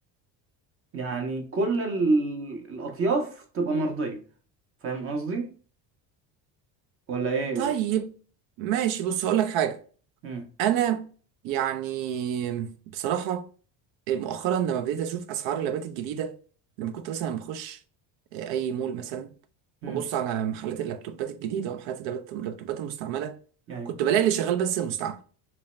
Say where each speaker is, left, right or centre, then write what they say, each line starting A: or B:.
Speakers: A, on the right; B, on the right.
A: يعني كل ال- الأطياف تبقى مرضية فاهم قصدي ولا إيه؟
B: طيب ماشي بص هقول لك حاجه
A: مم.
B: انا يعني بصراحه مؤخرا لما بديت اشوف اسعار اللابات الجديده لما كنت مثلا بخش آه، اي مول مثلا
A: مم.
B: وابص على محلات اللابتوبات الجديده ومحلات اللابت- اللابتوبات المستعمله
A: يعني
B: كنت بلاقي اللي شغال بس المستعمل